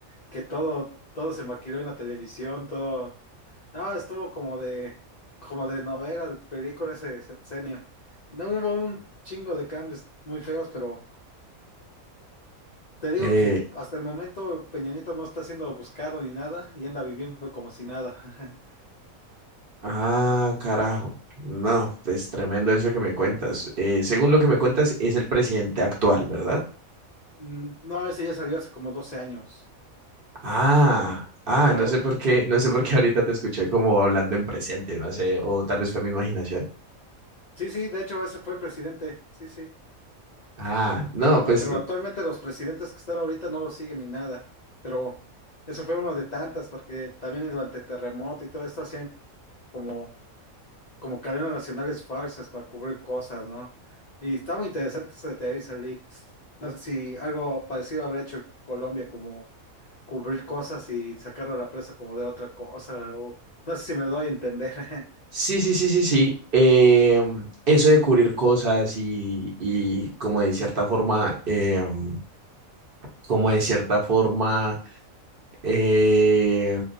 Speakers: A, on the left; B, on the right.
A: que todo, todo se maquiló en la televisión, todo, no, estuvo como de, como de novela, de película ese sexenio. No hubo un chingo de cambios muy feos, pero te digo
B: Eh,
A: que hasta el momento Peña Nieto no está siendo buscado ni nada y anda viviendo como si nada. <laughs>
B: ah, carajo. No, pues tremendo eso que me cuentas. Eh, según lo que me cuentas, es el presidente actual, ¿verdad?
A: Mm, No, ese ya salió hace como 12 años.
B: Ah, ah,
A: Pero
B: no sé por qué, no sé por qué ahorita te escuché como hablando en presente, no sé, o tal vez fue mi imaginación.
A: Sí, sí, de hecho ese fue el presidente, sí, sí.
B: Ah, no,
A: Ah,
B: pues
A: pero actualmente los presidentes que están ahorita no lo siguen ni nada, pero eso fue uno de tantas, porque también durante terremoto y todo esto hacían como, como cadenas nacionales falsas para cubrir cosas, ¿no? Y está muy interesante eso de Televisa Leaks. No sé si algo parecido habrá hecho Colombia, como cubrir cosas y sacarlo a la presa como de otra cosa, o no sé si me doy a entender. <laughs>
B: sí, sí, sí, sí, sí. em, eso de cubrir cosas y, y como de cierta forma, em, como de cierta forma. eh,